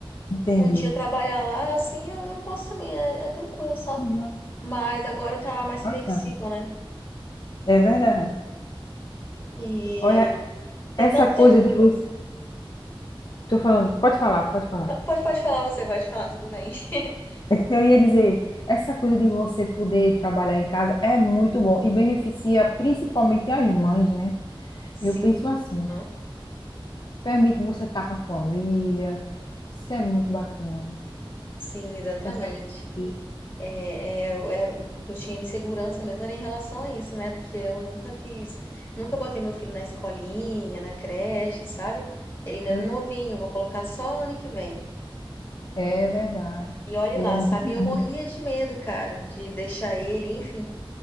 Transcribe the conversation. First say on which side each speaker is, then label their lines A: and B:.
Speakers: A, on the left (about 50°); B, on the left (about 25°).
A: entendi.
B: um dia trabalhar lá, assim, eu, eu posso também, é, é tranquilo, sabe?
A: Legal,
B: Mas agora tá mais
A: bacana.
B: flexível, né?
A: É verdade.
B: E
A: Olha,
B: tem
A: essa
B: tanto
A: coisa
B: tempo.
A: de você. Tô falando, pode falar, pode falar.
B: Pode, pode falar, você pode falar, tudo bem. <laughs>
A: É que Eu ia dizer, essa coisa de você poder trabalhar em casa é muito bom e beneficia principalmente as mães, né?
B: Sim,
A: Eu penso assim,
B: né?
A: permite você estar com a família, isso é muito bacana.
B: sim, exatamente.
A: Tá perto dos filhos,
B: É, é, é o que eu tinha de segurança mesmo era em relação a isso, né? Porque eu nunca quis, nunca botei meu filho na escolinha, na creche, sabe? Ele ainda é
A: Oi?
B: novinho, vou colocar só ano que vem.
A: É verdade.
B: E olhe
A: Ele
B: lá,
A: é muito.
B: sabe?
A: bonito.
B: Eu morria de medo, cara, de deixar ele, enfim.